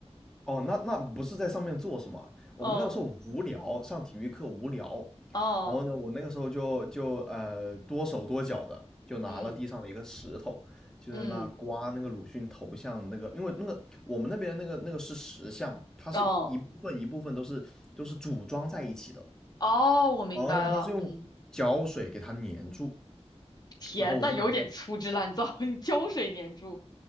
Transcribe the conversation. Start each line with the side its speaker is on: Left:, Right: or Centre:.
Centre: 哦，那那不是在上面做什么？我们那个时候无聊，
Left: 嗯，
Centre: 上体育课无聊，
Left: 哦，
Centre: 然后呢，我那个时候就就呃多手多脚的，就拿了地上的一个石头，
Left: 嗯
Centre: 就在那刮那个鲁迅头像那个，
Left: 嗯，
Centre: 因为那个我们那边那个那个是石像，它是一部分一部分都是都是组装在一起的，
Left: 哦哦，我明白了，
Centre: 然后呢，它是用胶水给它粘住，
Left: 嗯，天，
Centre: 然后我就拿那
Left: 那有点粗制滥造，<laughs> 你胶水粘住，